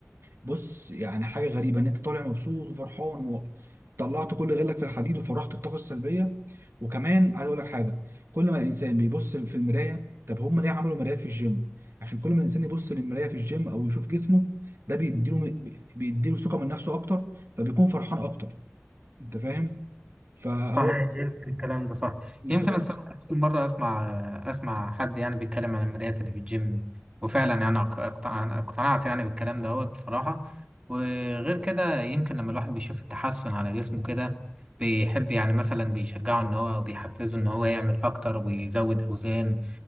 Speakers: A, on the right (about 70°); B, on the right (about 25°).
A: بص يعني حاجه غريبه ان انت طالع مبسوط وفرحان وطلعت كل غلك في الحديد وفرغت الطاقه السلبيه وكمان عايز اقول لك حاجه كل ما الانسان بيبص في المرايه طب هم ليه عملوا مرايات في الجيم عشان كل ما الانسان يبص للمرايه في الجيم او يشوف جسمه ده بيديله بيديله ثقه من نفسه اكتر فبيكون فرحان اكتر انت فاهم فهو
B: صحيح يمكن الكلام ده صح
A: بالظبط
B: يمكن الصراحة أول مرة أسمع أسمع حد يعني بيتكلم عن المرايات اللي في الجيم وفعلا يعني أق- أقتنع- اقتنعت يعني بالكلام دوت بصراحة وغير كده يمكن لما الواحد بيشوف التحسن على جسمه كده بيحب يعني مثلا بيشجعه إن هو أو بيحفزه إن هو يعمل أكتر ويزود أوزان